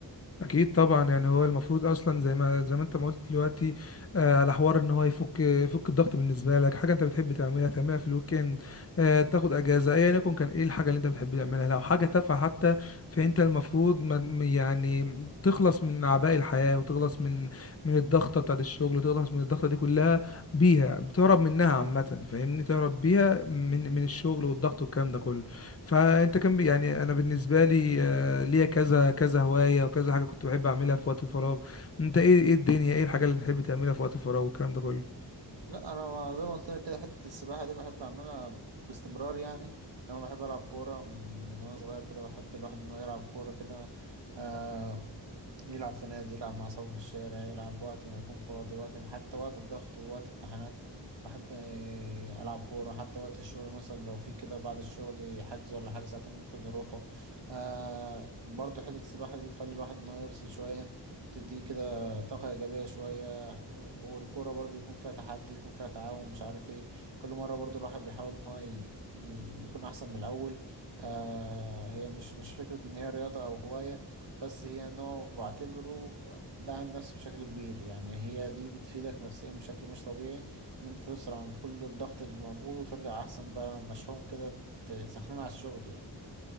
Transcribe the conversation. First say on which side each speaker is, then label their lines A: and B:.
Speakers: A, on the left (about 35°); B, on the right (about 80°).
A: اكيد طبعا يعني هو المفروض اصلا زي ما زي ما انت ما قلت دلوقتي آه على حوار ان هو يفك يفك الضغط بالنسبه لك حاجه انت بتحب تعملها تعملها في الويك اند آه تاخد اجازه ايا يكن كان ايه الحاجه اللي انت بتحب تعملها لو حاجه تافهه حتى فانت
B: اه
A: المفروض ما يعني تخلص من اعباء الحياه وتخلص من من الضغطه بتاعت الشغل وتخلص من الضغطه دي كلها بيها بتهرب منها عامه فاهمني تهرب بيها من من الشغل والضغط والكلام ده كله فانت كان بي- يعني انا بالنسبه لي آه، ليا كذا كذا هوايه وكذا حاجه كنت بحب اعملها
B: مم.
A: في وقت الفراغ انت ايه ايه الدنيا ايه الحاجه اللي بتحب تعملها في وقت الفراغ والكلام ده كله
B: لا انا زي ما قلت لك كده حته السباحه دي بحب اعملها باستمرار يعني كمان بحب العب كوره من من وانا صغير كده بحب الواحد انه يلعب كوره كده آه يلعب في نادي يلعب مع أصحابه في الشارع يلعب وقت ما يكون فاضي وقت حتى وقت الضغط ووقت امتحانات بحب آه، ألعب كورة حتى وقت الشغل مثلا لو في كده بعد الشغل حجز ولا حاجة ساعتين ممكن نروحه آه برضو حتة السباحة دي بتخلي الواحد إن هو يفصل شوية بتديه كده طاقة إيجابية شوية والكورة برضو يكون فيها تحدي يكون فيها تعاون مش عارف إيه كل مرة برضو الواحد بيحاول إن هو ي... ي- يكون أحسن من الأول آه هي مش مش فكرة إن هي رياضة أو هواية بس هي نوع بعتبره داعم نفسي بشكل كبير يعني هي دي بتفيدك نفسيا بشكل مش طبيعي ان انت تفصل عن كل الضغط اللي موجود وترجع احسن بقى مشحون كده تسخنون على الشغل يعني